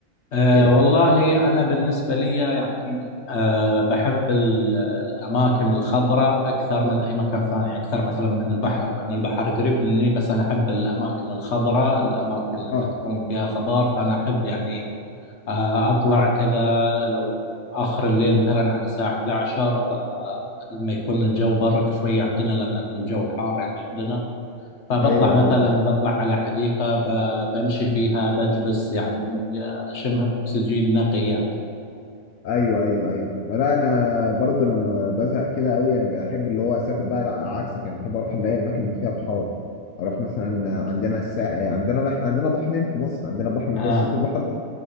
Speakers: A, on the left (about 60°); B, on the left (about 75°).
A: آه
B: كده
A: والله أنا بالنسبة لي يعني آه بحب ال- الأماكن الخضراء أكثر من أي مكان ثاني أكثر مثلا من البحر مع أن البحر قريب مني بس أنا أحب الأماكن الخضراء الأماكن
B: اه
A: اللي تكون فيها خضار فأنا أحب يعني آه أطلع كذا لو آخر الليل مثلا على الساعة 11 آه آه، لما يكون الجو برد شوية عندنا لأن الجو حار يعني عندنا فبطلع
B: ايوه
A: مثلا
B: اه
A: بطلع على حديقة ب- بمشي فيها بجلس يعني أشم أكسجين نقي يعني
B: ايوه ايوه ايوه لا انا برضو لما بزهق كده قوي يعني بحب اللي هو اسافر بقى لا عكسك يعني بحب اروح اللي هي الاماكن اللي فيها بحار اروح مثلا عندنا الساحل عندنا لا احنا عندنا بحرين في مصر عندنا بحر متوسط
A: آه
B: والبحر